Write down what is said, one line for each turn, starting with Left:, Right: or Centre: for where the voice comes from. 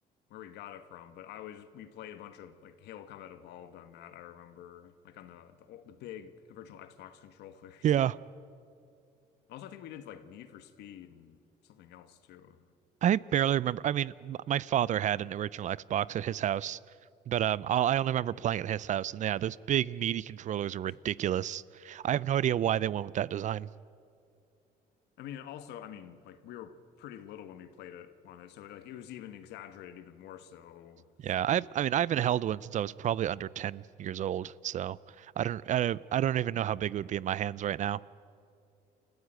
Left: where we got it from, but I was we played a bunch of like Halo Combat Evolved on that. I remember like on the the, old- the big original Xbox controllers.
Right: Yeah.
Left: <laughs> Also, I think we did like Need for Speed and something else too.
Right: I barely remember. I mean, my father had an original Xbox at his house, but um, I'll, I only remember playing at his house. And yeah, those big meaty controllers are
Left: <laughs>
Right: ridiculous.
Left: I
Right: I have no idea why they went with that design.
Left: mean, and also, I mean, like we were pretty little when we played it on it, so like it was even exaggerated even more so.
Right: Yeah,
Left: So.
Right: I've I mean I haven't held one since I was probably under 10 years old, so I don't I, don't- I don't even know how big it would be in my hands right now.